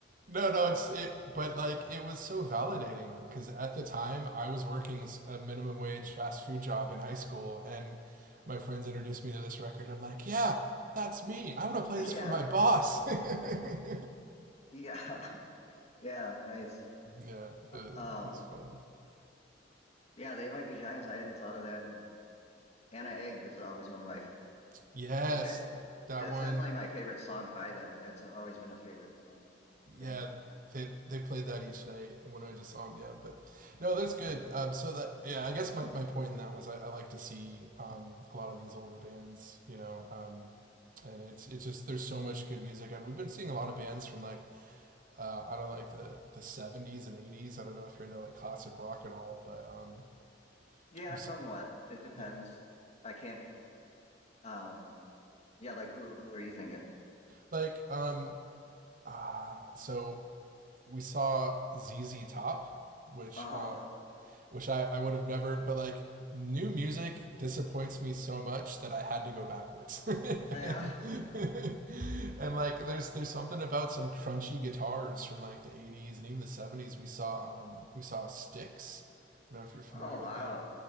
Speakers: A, on the right; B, on the left.
A: No, no, it's it, but like it was so validating because at the time I was working a minimum wage fast food job in high school, and my friends introduced me to this record. I'm like, yeah, that's me. I want to play
B: <laughs>
A: this
B: yeah,
A: for my boss. <laughs>
B: yeah, yeah, nice.
A: Yeah,
B: Uh,
A: uh,
B: Um,
A: it was fun.
B: yeah, they might be giants. I hadn't thought of that. And Anna Egg was always one of my
A: Yes,
B: that
A: that
B: that's
A: one.
B: definitely my favorite song by them, and that's always been a favorite song in general.
A: Yeah,
B: I
A: they
B: I should
A: they
B: listen
A: played
B: to
A: that
B: that.
A: each night when I just saw them. Yeah, but no, that's good. Um, so that yeah, I guess my, my point in that was I, I like to see um a lot of these older bands, you know, um, and it's it's just there's so much good music. I, we've been seeing a lot of bands from like uh, I don't know, like the the seventies and eighties. I don't know if you're into like classic rock at all, but um,
B: Yeah,
A: we've
B: somewhat.
A: seen
B: It depends.
A: yeah.
B: I can't. Um, yeah, like who? Who are you thinking?
A: like um uh so we saw ZZ Top, which
B: Oh,
A: uh, which I, I would have never, but like new music disappoints me so much that I had to go backwards. <laughs> and,
B: yeah. <laughs>
A: <laughs> and, like there's there's something about some crunchy guitars from like the 80s and even the 70s. We saw um we saw Sticks. I don't know if you're familiar
B: Oh,
A: with
B: wow.
A: them,